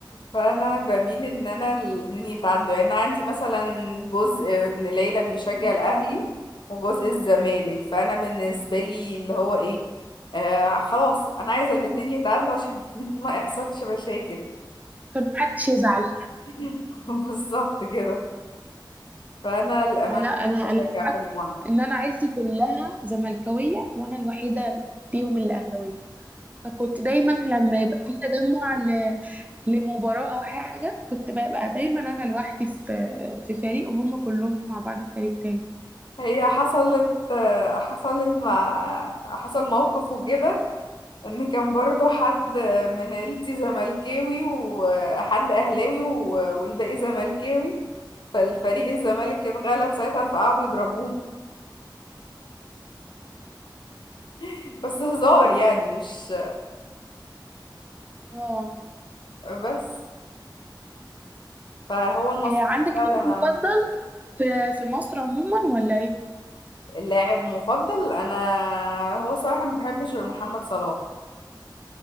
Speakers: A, on the left (about 70°); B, on the right (about 20°).
A: فأنا بميل إن أنا الاتنين يتعادلوا يعني أنا عندي مثلا جزء من العيلة بيشجع الأهلي وجزء الزمالك فأنا بالنسبة لي اللي هو إيه آه خلاص أنا عايزة الاتنين يتعادلوا عشان <laughs> ما يحصلش مشاكل
B: فمحدش يزعل
A: <laughs> بالظبط كده فأنا الأمانة
B: آه، لا انا
A: مش بشجع
B: انا العكس
A: فريق معين
B: ان انا عيلتي كلها زملكاوية وانا الوحيدة فيهم اللي اهلاوية فكنت دايما لما يبقى في تجمع ل... لمباراة او حاجة كنت ببقى دايما انا لوحدي في في فريق وهم كلهم مع بعض في فريق تاني
A: هي حصلت آه، حصلت مع حصل موقف وكده ان كان برضو حد من عيلتي زملكاوي وحد اهلاوي و- والباقي زملكاوي فالفريق الزمالك اتغلب ساعتها فقعدوا يضربوه <laughs> بس هزار يعني مش
B: اه
A: بس فهو المصري
B: إيه عندك
A: فعلا
B: لاعب مفضل في في مصر عموما ولا ايه؟
A: اللاعب مفضل انا هو صراحة ما بحبش غير محمد صلاح